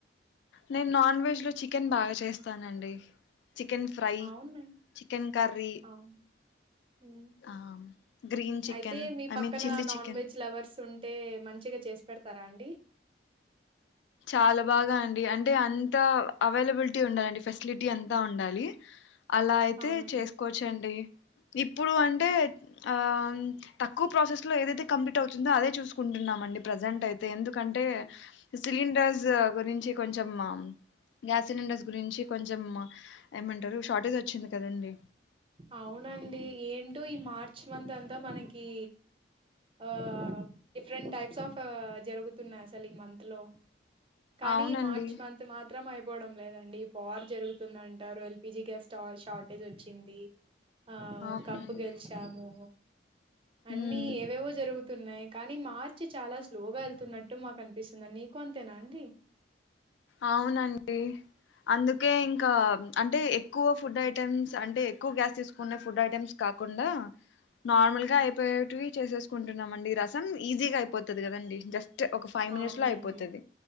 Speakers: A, on the left; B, on the right.
A: నేను నాన్ వెజ్ లో చికెన్ బాగా చేస్తానండి చికెన్ ఫ్రై
B: అవునా
A: చికెన్ కర్రీ
B: అవును ఉమ్.
A: ఆ గ్రీన్ చికెన్
B: అయితే మీ
A: ఐ
B: పక్కన
A: మీన్ chilli
B: non
A: chicken
B: veg lovers ఉంటే మంచిగా చేసు పెడతారా అండి
A: చాలా బాగా అండి అంటే అంత అవైలబిలిటీ ఉండాలండి ఫెసిలిటీ అంతా ఉండాలి అలా అయితే
B: అవునండి
A: చేసుకోవచ్చండి ఇప్పుడు అంటే ఆ తక్కువ ప్రాసెస్ లో ఏదైతే కంప్లీట్ అవుతుందో అదే చూసుకుంటున్నామండి ప్రజెంట్ అయితే ఎందుకంటే సిలిండర్స్ గురించి కొంచం గ్యాస్ సిలిండర్స్ గురించి కొంచెం ఏమంటారు షార్టేజ్ వచ్చింది కదండి
B: అవునండి ఏంటో ఈ మార్చ్ మంత్ అంతా మనకి ఆ డిఫరెంట్ టైప్స్ ఆఫ్ జరుగుతున్నాయి అసలు ఈ మంత్ లో కానీ
A: అవునండి
B: మార్చ్ మంత్ మాత్రం మాత్రం అయిపోవడం లేదండి వార్ జరుగుతుంది అంటారు ఎల్పిజి గ్యాస్ స్టా షార్టేజ్ వచ్చింది ంది ఆ
A: అవునండి
B: కప్పు గెలిచాము అన్నీ
A: ఉమ్
B: ఏవేవో జరుగుతున్నాయి న్నాయి కానీ మార్చి చాలా స్లోగా వెళ్తున్నట్టు మాకు అనిపిస్తుంది నీకు అంతేనా అండి
A: అవునండి అందుకే ఇంకా అంటే ఎక్కువ ఫుడ్ ఐటెమ్స్ అంటే ఎక్కువ గ్యాస్ తీసుకునే ఫుడ్ ఐటెమ్స్ కాకుండా కాకుండా నార్మల్
B: హ్మ్.
A: గా అయిపోయేటివి చేసేసుకుంటున్నామండి రసం ఈజీగా అయిపోతది కదండి జస్ట్ ఒక ఫైవ్ మినిట్స్
B: అవునండి
A: లో అయిపోతది